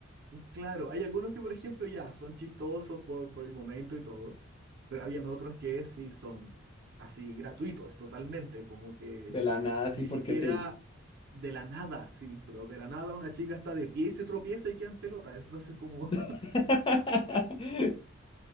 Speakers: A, on the right (about 55°); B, on the left (about 25°).
A: claro, hay algunos que, por ejemplo, ya son chistosos por, por el momento y todo, pero habían otros que sí son así gratuitos totalmente, como que
B: de la nada, sí,
A: ni
B: porque
A: siquiera
B: sí.
A: de la nada, sí, pero de la nada una chica está de pie y se tropieza y queda en pelota, entonces como,
B: <laughs>